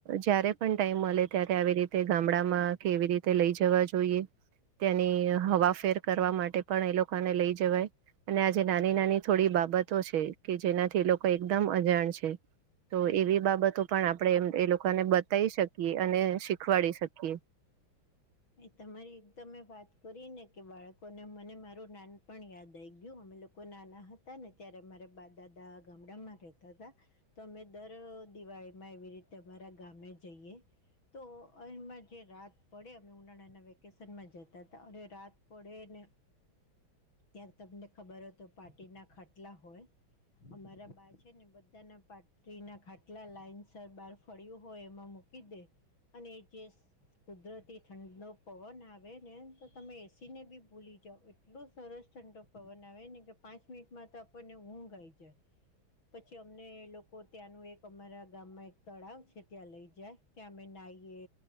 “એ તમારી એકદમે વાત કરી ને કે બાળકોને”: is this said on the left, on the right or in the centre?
Left